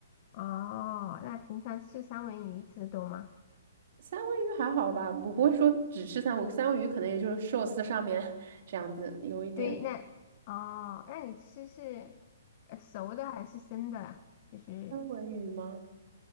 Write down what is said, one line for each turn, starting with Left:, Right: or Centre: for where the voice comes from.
Left: 哦，那平常吃三文鱼吃的多吗？
Right: 三文鱼还好吧，我不会说只吃三文鱼三文鱼可能也就是寿司上面 <laughs> 这样子有一点。
Left: 对，那哦，那你吃是呃熟的还是生的啊？就是
Right: 三文鱼吗？